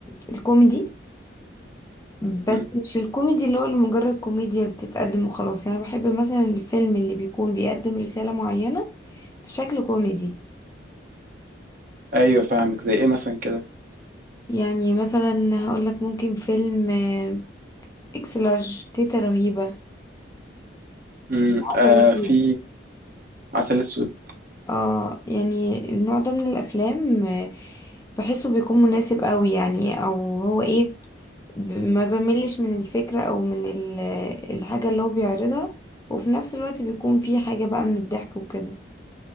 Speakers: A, on the left (about 15°); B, on the right (about 50°).
A: الكوميدي بس
B: امم
A: مش الكوميدي اللي هو لمجرد كوميديا بتتقدم وخلاص يعني بحب مثلا الفيلم اللي بيكون بيقدم رساله معينه في شكل كوميدي
B: ايوه فاهمك زي ايه مثلا كده
A: يعني مثلا هقول لك ممكن فيلم آه، اكس لارج تيتا رهيبه
B: امم
A: عسل
B: آه
A: أسود.
B: في عسل اسود
A: اه يعني النوع ده من الافلام آه، بحسه بيكون مناسب قوي يعني او هو ايه ب- ما بملش من الفكرة او من ال- الحاجة اللي هو بيعرضها وفي نفس الوقت بيكون في حاجة بقى من الضحك وكده